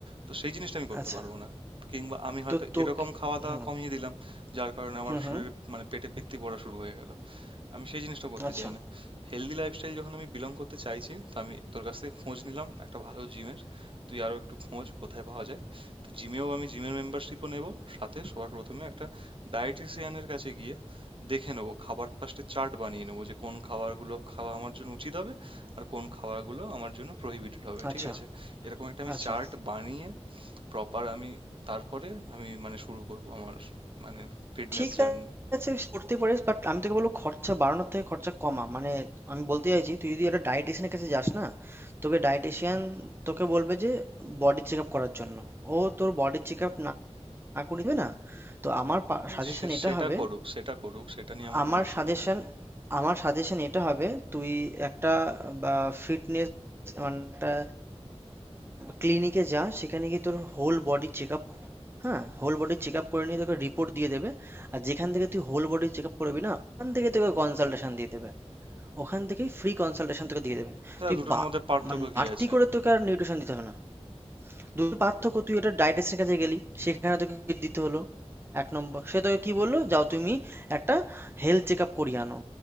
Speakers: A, on the right (about 50°); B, on the right (about 20°).
A: তো সেই জিনিসটা আমি করতে
B: আচ্ছা
A: পারবো না কিংবা আমি হয়তো
B: তো তোকে
A: এরকম খাওয়া দাওয়া
B: হুম
A: কমিয়ে দিলাম যার কারণে আমার
B: হুম হুম
A: শরীরে মানে পেটে পিত্তি পড়া শুরু হয়ে গেল আমি সেই জিনিসটা করতে
B: আচ্ছা
A: চাই না হেলদি লাইফস্টাইল যখন আমি বিলং করতে চাইছি তো আমি তোর কাছ থেকে খোঁজ নিলাম একটা ভালো জিমের তুই আরো একটু খোঁজ কোথায় পাওয়া যায় তো জিমেও আমি জিমের মেম্বারশিপও নেব সাথে সবার প্রথমে একটা ডায়েটিশিয়ানের কাছে গিয়ে দেখে নেবো খাবার ফার্স্টে চার্ট বানিয়ে নেবো যে কোন খাবারগুলো খাওয়া আমার জন্য উচিত হবে আর কোন খাবারগুলো আমার জন্য প্রহিবিটেড হবে
B: আচ্ছা
A: ঠিক আছে এরকম একটা আমি
B: আচ্ছা
A: চার্ট বানিয়ে প্রপার আমি তারপরে আমি মানে শুরু করব আমার মানে ফিটনেস
B: ঠিক
A: জার্নি
B: আছে করতে পারিস বাট আমি তোকে বলবো খরচা বাড়ানোর থেকে খরচা কমা মানে আমি বলতে চাইছি তুই যদি একটা ডায়েটিশিয়ানের কাছে যাস না তোকে ডায়েটিশিয়ান তোকে বলবে যে বডি চেক আপ করার জন্য ও তোর বডি চেক আপ আঁকু নিবে না তো আমার
A: হ্যাঁ,
B: সাজেশন
A: সে-
B: এটা
A: সেটা
B: হবে
A: করুক সেটা করুক সেটা নিয়ে আমার
B: আমার
A: কোনো অসুবিধা
B: সাজেশন
A: নেই
B: আমার সাজেশন এটা হবে তুই একটা বা ফিটনেস মানে একটা ক্লিনিকে যা সেখানে গিয়ে তোর হোল বডি চেক আপ হ্যাঁ হোল বডি চেক আপ করে নিয়ে তোকে রিপোর্ট দিয়ে দেবে আর যেখান থেকে তুই হোল বডি চেক আপ করবি না ওখান থেকে তোকে কনসালটেশন দিয়ে দেবে ওখান থেকেই ফ্রি কনসালটেশন তোকে দিয়ে দেবে
A: হ্যাঁ
B: তুই
A: দুটোর
B: বা
A: মধ্যে পার্থক্য
B: মানে
A: কি
B: বাড়তি
A: আছে
B: করে তোকে আর নিউট্রিশন দিতে হবে না দুটোর পার্থক্য তুই ওটা ডায়েটিশিয়ানের কাছে গেলি সেখানে তোকে দিতে হলো এক নম্বর সে তোকে কি বললো যাও তুমি একটা হেলথ চেক আপ করিয়ে আনো